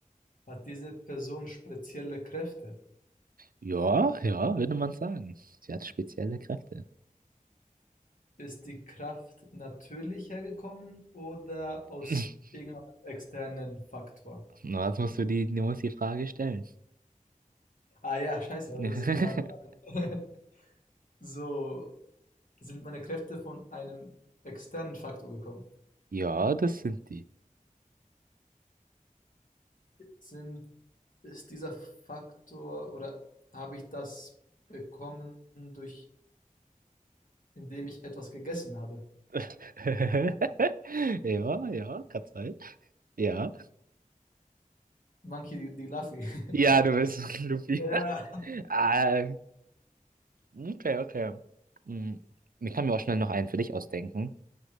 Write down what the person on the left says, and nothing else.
Hat diese Person spezielle Kräfte?
Ist die Kraft natürlich hergekommen oder aus
irgendeinem externen Faktor?
Ah ja, scheiße, warte,
das sind ja. <laughs> So, sind meine Kräfte von einem externen Faktor gekommen?
Sind, ist dieser Faktor oder habe ich das bekommen durch indem ich etwas gegessen habe.
Monkey D. Luffy. <laughs>
Ja.